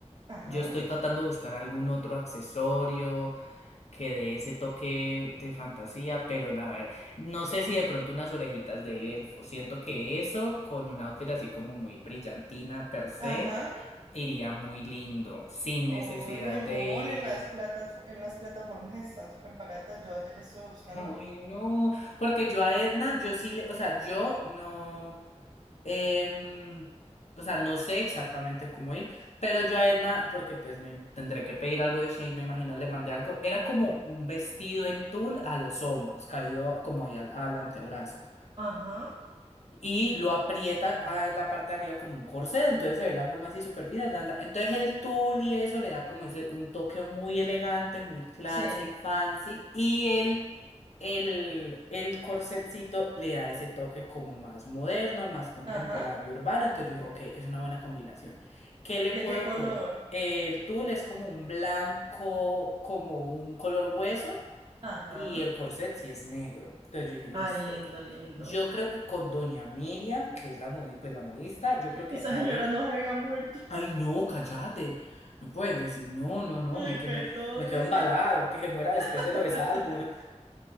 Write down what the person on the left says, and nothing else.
Yo estoy tratando de buscar algún otro accesorio que dé ese toque de fantasía, pero la verdad, no sé si de pronto unas orejitas de elfo. Siento que eso, con un outfit así como muy brillantina per se,
iría muy lindo, sin
necesidad
de ir.
Ay, no, porque yo a Edna, yo sí le, o sea, yo no, em, o sea, no sé exactamente cómo ir, pero yo a Edna, porque pues me tendré que pedir algo de Shane, me imagino le mandé algo, era como un vestido en tul a los hombros, caído como ahí al, al antebrazo
y lo aprieta a en la parte de arriba como un corset, entonces se ve la forma así súper fina. tan, tan. Entonces el tul y eso le da como ese, un toque muy elegante, muy classic,
fancy, y el, el, el corsetcito le da ese toque como más moderno, más contemporáneo,
urbano, entonces yo
dije, ok, es una buena combinación. ¿Qué le puedo
poner? El tul es como un blanco, como un color hueso
y el corset sí es negro. Entonces yo dije, listo.
Yo creo que con Doña Miriam, que es la modi- pues la modista, yo creo que
a
e-
Ay, no, cállate. No puedes decir, no,
no, no,
me, que
me, me quedo
embalado,
que se muera después
de lo de Salburn.